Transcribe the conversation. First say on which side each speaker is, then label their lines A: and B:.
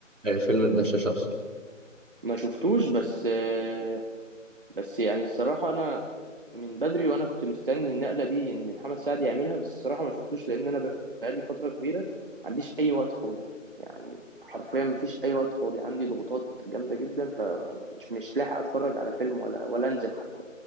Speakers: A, on the right (about 70°); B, on the right (about 40°).
A: آه، فيلم الدشاش أقصد
B: ما شفتوش بس آه، بس يعني الصراحة أنا من بدري وأنا كنت مستني النقلة دي إن محمد سعد يعملها بس الصراحة ما شفتوش لأن أنا بقالي فترة كبيرة ما عنديش أي وقت فاضي يعني حرفيا ما فيش أي وقت فاضي عندي ضغوطات جامدة جدا فمش مش لاحق أتفرج على فيلم ولا ولا أنزل حتى